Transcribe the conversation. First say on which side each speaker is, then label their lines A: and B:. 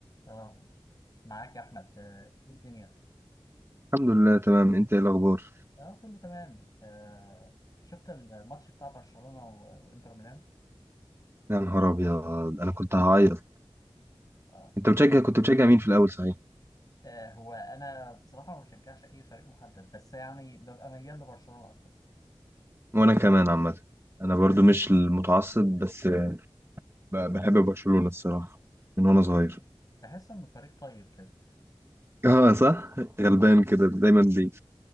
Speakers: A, on the left; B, on the right.
A: اه معاك يا احمد آه، ايه الدنيا
B: الحمد لله تمام انت ايه الاخبار
A: اه كله تمام آه شفت الماتش بتاع برشلونة و- وانتر ميلان
B: يا نهار ابيض انا كنت هعيط
A: آه.
B: انت بتشجع كنت بتشجع مين في الاول صحيح
A: آه هو انا بصراحة ما بشجعش اي فريق محدد بس يعني ببقى ميال لبرشلونة اكتر
B: وانا كمان عامه انا برضو مش المتعصب بس ب- بحب برشلونه الصراحه من وانا صغير
A: بحس بحس انه فريق طيب كده
B: اه صح غلبان كده دايما بي...